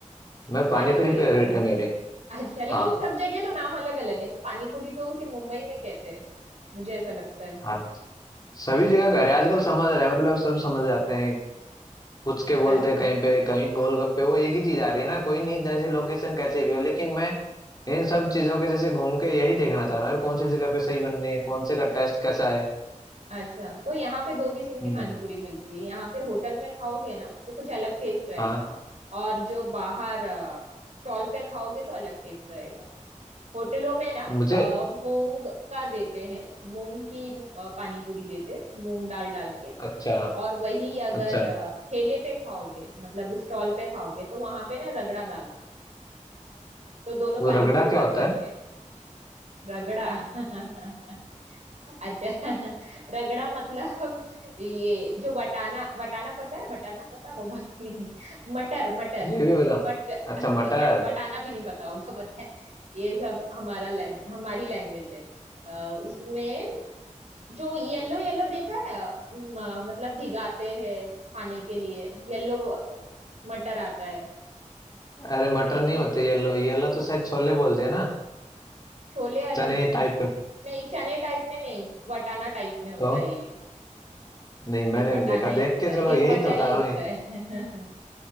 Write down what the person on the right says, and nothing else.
पानी पूरी
खानी
है। अच्छा लेकिन
सब जगह तो नाम अलग अलग है ना पानीपुरी तो सिर्फ मुंबई में कहते हैं मुझे ऐसा लगता है
अ-
अच्छा तो यहाँ पे दो किस्म की
पानीपुरी मिलती है यहाँ पे होटल में खाओगे ना तो कुछ अलग टेस्ट रहेगा
और जो बाहर स्टॉल पे खाओगे तो अलग टेस्ट रहेगा होटलों में ना
अ, मूंग का देते हैं मूंग की अ, पानीपुरी देते हैं मूंग दाल डाल के
और वही अगर
अ, ठेले पे खाओगे मतलब स्टॉल पे खाओगे तो वहां पे ना रगड़ा दाल की तो दोनों
पानीपुरी
में
फर्क
है रगड़ा <laughs> अच्छा <laughs> रगड़ा मतलब ये जो वटाना वटाना पता है वटाना पता होगा कि नहीं मटर मटर
मट,
नहीं,
मट वटाना भी नहीं पता होगा पता है ये सब हमारा लैंग हमारी लैंग्वेज है अ, उसमें जो येलो येलो देखा है अ, म- मतलब भिगाते हैं खाने के लिए येलो मटर आता है
भेल-
छोले अलग
है
नहीं चने टाइप में नहीं वटाना टाइप में होता
है ये
ये बटाना
ही
होता
है
ये
मटर
ही
होता
है